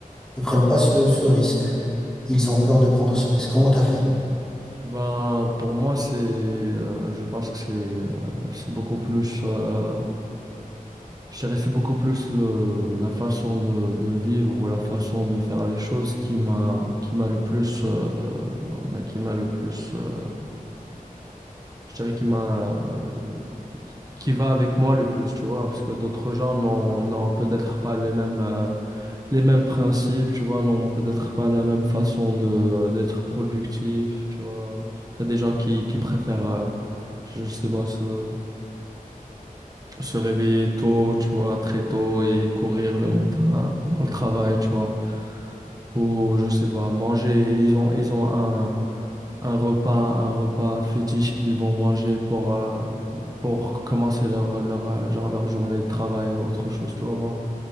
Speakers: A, in the centre; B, on the right.
A: ne prennent pas ce, ce risque. Ils ont peur de prendre ce risque. Comment t'as fait?
B: Ben, pour moi, c'est, euh, je pense que c'est, euh, c'est beaucoup plus, euh, je dirais, c'est beaucoup plus le, la façon de, de vivre ou la façon de faire les choses qui m'a, qui m'a le plus, euh, ben, qui m'a le plus, euh, je dirais, qui m'a, euh, qui qui va avec moi le plus, tu vois, parce que d'autres gens n'ont, n'ont peut-être pas les mêmes. euh, les mêmes principes, tu vois, n'ont peut-être pas la même façon de d'être productif, tu vois. Il y a des gens qui, qui préfèrent, euh, je sais pas, se, se réveiller tôt, tu vois, très tôt et courir le matin avant le travail, tu vois. Ou, je sais pas, manger, ils ont, ils ont un, un repas, un repas fétiche qu'ils vont manger pour, euh, pour commencer leur, leur, euh, genre leur journée de travail ou autre chose, tu vois, moi.